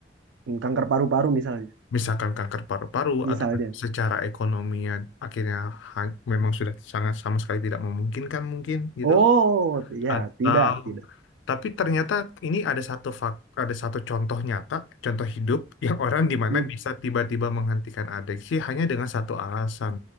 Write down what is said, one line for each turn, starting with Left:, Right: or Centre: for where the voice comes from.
Right: Hmm, Kanker paru-paru misalnya.
Left: Misalkan kanker paru-paru
Right: Misalnya.
Left: atau secara ekonominya akhirnya ha- memang sudah sangat sama sekali tidak memungkinkan mungkin gitu.
Right: Oh, t- ya,
Left: Atau
Right: tidak, tidak.
Left: tapi ternyata ini ada satu fak, ada satu contoh nyata, contoh hidup <laughs> yang orang di mana
Right: M-
Left: bisa tiba-tiba menghentikan adiksi hanya dengan satu alasan.